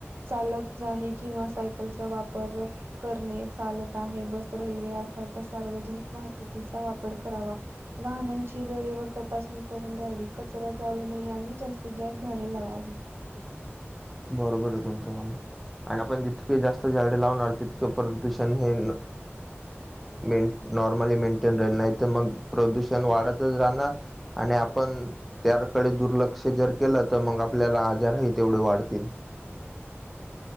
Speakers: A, on the right; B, in the centre.
A: चालत जाणे किंवा सायकलचा वापर करणे चालत आहे, बस रेल्वे या सारख्या सार्वजनिक वाहतुकीचा वापर करावा. वाहनांची वेळेवर तपासणी करून द्यावी, कचरा जाळू नये, आणि जास्तीत जास्त झाडे लावावी.
B: बरोबर आहे. तुमच्या म्हणणं, आणि आपण जितके जास्त झाडे लावणार तितक प्रदूष हे न. मेन, नॉर्मली मेंटेन राहिल, नाही तर मग प्रदूषण वाढतच राहणार. आणि आपण त्याकडे दुर्लक्ष जर केलं तर मग आपल्याला आजार होईल. तेवढे वाढतील.